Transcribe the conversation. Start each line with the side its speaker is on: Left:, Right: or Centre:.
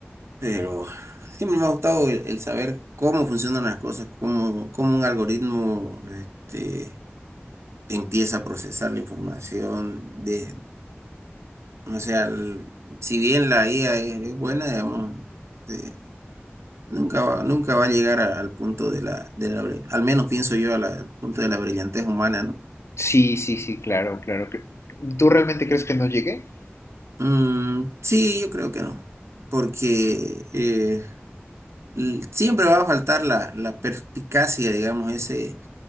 Right: Pero siempre me ha gustado el, el saber cómo funcionan las cosas, cómo, cómo un algoritmo, este, empieza a procesar la información, de, O sea, el- si bien la IA es, es buena, digamos, este, nunca va, nunca va a llegar a- al punto de la, de la, bri- al menos pienso yo, a la- al punto de la brillantez humana, ¿no?
Left: Sí, sí, sí, claro, claro. Cre- ¿Tú realmente crees que no llegué?
Right: Mm, sí, yo creo que no, porque eh, l- siempre va a faltar la, la perspicacia, digamos, ese,